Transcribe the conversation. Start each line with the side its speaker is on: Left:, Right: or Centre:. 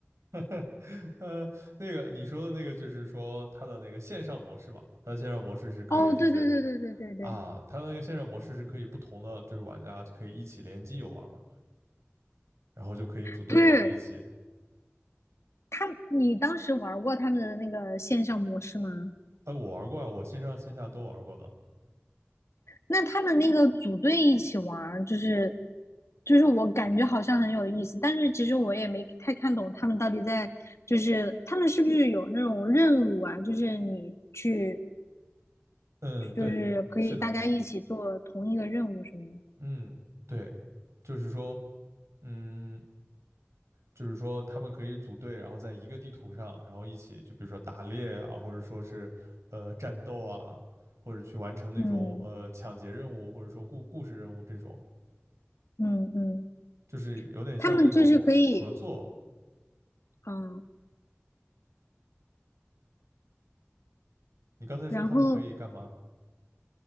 Right: <laughs> 呃，那个你说的那个就是说它的那个线上模式嘛，它的线上模式是可以就是
Left: 哦，对对对对对对对
Right: 啊，它的那个线上模式是可以不同的就是玩家可以一起联机游玩嘛，然后就可以组队，
Left: 对，
Right: 然后一起。
Left: 他你当时玩过他们的那个线上模式吗？
Right: 哎，我玩过啊，我线上线下都玩过的。
Left: 那他们那个组队一起玩就是就是我感觉好像很有意思，但是其实我也没太看懂他们到底在，就是他们是不是有那种任务啊？就是你去，
Right: 嗯，对，
Left: 就是可以大家一起做同一个任务什么的。
Right: 是的，嗯，对，就是说。嗯，就是说他们可以组队，然后在一个地图上，然后一起就比如说打猎啊，或者说是呃战斗啊，或者去完成那种呃抢劫任务，
Left: 嗯
Right: 或者说故故事任务这种，
Left: 嗯嗯，
Right: 就是有点像那种合作。
Left: 他们就是可以，嗯，
Right: 你刚才说他们可以干嘛？
Left: 然后